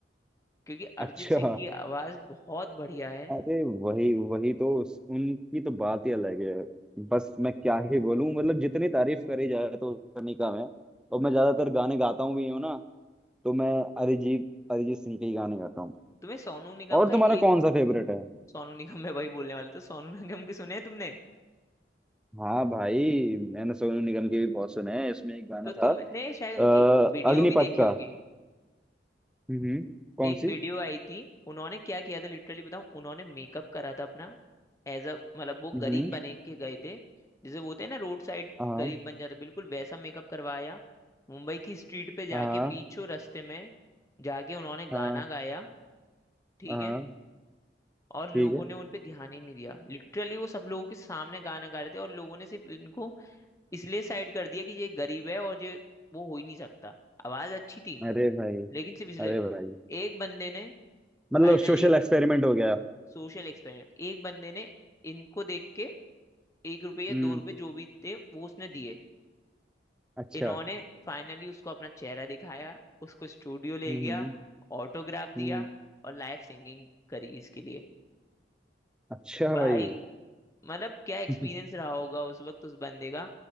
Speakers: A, on the left; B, in the centre.
A: क्योंकि अरिजीत
B: अच्छा
A: सिंह की आवाज बहुत बढ़िया है
B: अरे वही वही तो उस- उनकी तो बात ही अलग है बस मैं क्या ही बोलूं मतलब जितनी तारीफ करी जाए तो उतनी कम है और मैं ज्यादातर गाने गाता हूँ भी हूँ ना तो मैं अरिजीत अरिजीत सिंह के ही गाने गाता हूँ
A: तुम्हें सोनू निगम
B: और
A: का
B: तुम्हारा
A: एक
B: कौन सा फेवरेट है
A: सोनू निगम में वही बोलने वाला था सोनू निगम के सुने हैं तुमने
B: हाँ भाई मैंने सोनू निगम के भी बहुत सुने हैं इसमें एक गाना
A: तो
B: था
A: तुमने शायद
B: अ,
A: उनकी एक वीडियो
B: अग्निपथ
A: भी देखी
B: का
A: होगी
B: हम्म कौन
A: एक
B: सी
A: वीडियो आई थी उन्होंने क्या किया था लिटरली बताऊं उन्होंने मेकअप करा था अपना एज अ मतलब वो
B: हम्म
A: गरीब बने के गए थे जैसे वो होते हैं ना रोड साइड
B: हाँ
A: गरीब बन जाते बिल्कुल वैसा मेकअप करवाया मुंबई की स्ट्रीट पे
B: हाँ
A: जाके बीचों रास्ते में जाके उन्होंने
B: हाँ
A: गाना गाया ठीक
B: हाँ
A: है और लोगों
B: ठीक है
A: ने उन पे ध्यान ही नहीं दिया लिटरली वो सब लोगों के सामने गाना गा रहे थे और लोगों ने सिर्फ इनको इसलिए साइड कर दिया कि ये गरीब है और ये वो हो ही नहीं सकता आवाज अच्छी थी
B: अरे भाई
A: लेकिन सिर्फ इसलिए
B: अरे भाई
A: एक बंदे ने
B: मतलब
A: फाइनली
B: सोशल एक्सपेरिमेंट हो गया
A: सोशल एक्सपेरिमेंट एक बंदे ने इनको देख के एक रुपये या
B: हम्म
A: दो रुपये जो भी थे वो उसने दिए
B: अच्छा
A: इन्होंने फाइनली उसको अपना चेहरा दिखाया उसको स्टूडियो ले
B: हम्म
A: गया ऑटोग्राफ
B: हम्म
A: दिया और लाइव सिंगिंग करी इसके लिए
B: अच्छा
A: भाई
B: भाई
A: मतलब क्या एक्सपीरियंस
B: <laughs>
A: रहा होगा उस वक्त उस बंदे का